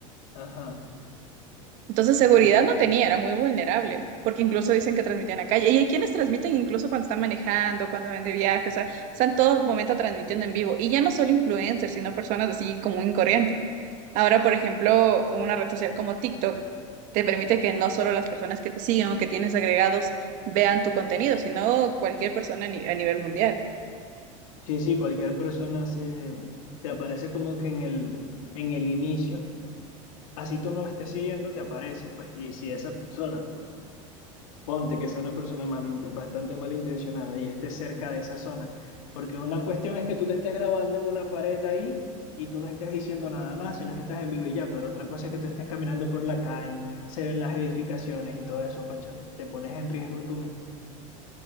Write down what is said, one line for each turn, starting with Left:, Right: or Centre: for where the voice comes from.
Left: ajá.
Right: Entonces seguridad
Left: y bu-
Right: no tenía, era muy vulnerable, porque incluso dicen que transmitían a calle. Y hay quienes transmiten incluso cuando están manejando, cuando van de viaje, o sea, están todo el momento transmitiendo en vivo. Y ya no solo influencers, sino personas así común y corriente. Ahora, por ejemplo, una red social como TikTok te permite que no solo las personas que te siguen o que tienes agregados vean tu contenido, sino cualquier persona a ni- a nivel mundial.
Left: sí, sí, cualquier persona se, te aparece como que en el, en el inicio, así tú no la estés siguiendo, te aparece, pues, y si esa persona Ponte que sea una persona malinten- bastante malintencionada y esté cerca de esa zona. Porque una cuestión es que tú te estés grabando en una pared ahí y tú no estés diciendo nada más, sino que estás en vivo y ya. Pero otra cosa es que tú estés caminando por la calle, se ven las edificaciones y todo eso, cónchale. Te pones en riesgo tú mismo.